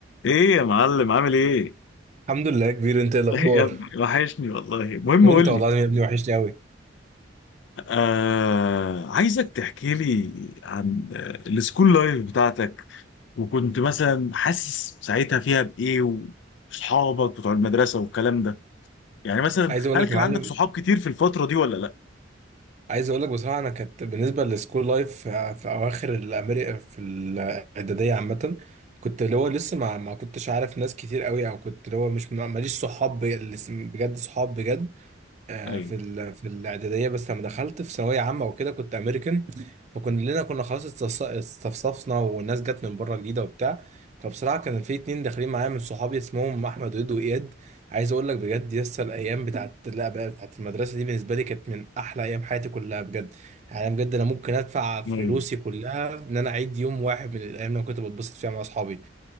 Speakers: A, on the left (about 65°); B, on the right (about 35°).
A: ايه يا معلم عامل ايه؟
B: الحمد لله يا كبير انت ايه الاخبار
A: <laughs> يا ابني وحشني والله المهم
B: وانت
A: قول
B: والله
A: لي
B: العظيم يا ابني وحشني قوي
A: آه عايزك تحكي لي عن آه، السكول لايف بتاعتك وكنت مثلا حاسس ساعتها فيها بايه واصحابك بتوع المدرسه والكلام ده يعني مثلا
B: عايز اقول
A: هل
B: لك يا
A: كان
B: معلم
A: عندك صحاب كتير في الفتره دي ولا لا؟
B: عايز اقول لك بصراحه انا كانت بالنسبه للسكول لايف في في اواخر الامريكا في الاعداديه عامه كنت اللي هو لسه ما ما كنتش عارف ناس كتير قوي او كنت اللي هو مش ما- ماليش صحاب ب- اللي اسم- بجد صحاب بجد آه،
A: ايوه
B: في ال... في الاعداديه بس لما دخلت في ثانويه عامه وكده كنت امريكان فكلنا كنا خلاص استص- استفصفنا والناس جت من بره جديده وبتاع فبصراحه كان في اتنين داخلين معايا من صحابي اسمهم احمد وإيد واياد عايز اقول لك بجد يس الايام بتاعت لا بقى بتاعت المدرسه دي بالنسبه لي كانت من احلى ايام حياتي كلها بجد يعني أنا بجد انا ممكن ادفع فلوسي
A: ايوه
B: كلها ان انا اعيد يوم واحد من الايام اللي أنا كنت بتبسط فيها مع اصحابي